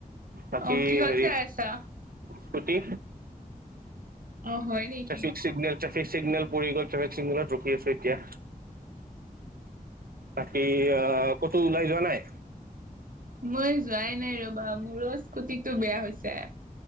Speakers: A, on the right; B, on the right.
A: বাকী
B: অ কিহত
A: হেৰি
B: যাই আছা?
A: স্কুটি।
B: অ হয় নেকি।
A: ট্ৰেফিক চিগনেল ট্ৰেফিক চিগনেল পৰি গ'ল ট্ৰেফিক চিগনেলত ৰখি আছো এতিয়া। বাকী আহ ক'তো ওলাই যোৱা নাই?
B: মই যোৱাই নাই ৰবা, মোৰো স্কুটিটো বেয়া হৈছে।